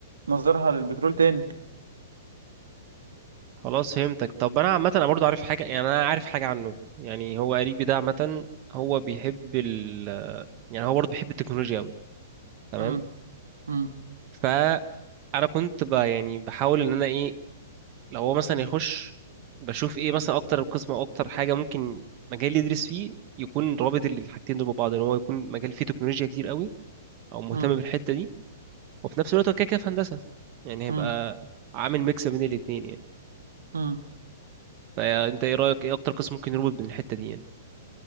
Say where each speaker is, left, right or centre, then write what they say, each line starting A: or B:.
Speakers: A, on the right; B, on the right.
A: نظرها للبترول تاني
B: خلاص فهمتك طب انا عامه انا برضو عارف حاجه يعني انا عارف حاجه عنه يعني هو قريبي ده عامه هو بيحب ال يعني هو برضو بيحب التكنولوجيا قوي تمام
A: مم. مم.
B: فانا كنت ب... يعني بحاول ان انا ايه لو هو مثلا يخش بشوف ايه مثلا اكتر قسم او اكتر حاجه ممكن مجال اللي يدرس فيه يكون رابط ال- الحاجتين دول ببعض ان هو يكون مجال فيه تكنولوجيا كتير قوي او مهتم
A: مم.
B: بالحته دي وفي نفس الوقت هو كده كده في هندسه يعني هيبقى
A: مم.
B: عامل ميكس بين الاتنين يعني
A: مم.
B: فانت ايه رايك ايه اكتر قسم ممكن يربط بين الحته دي يعني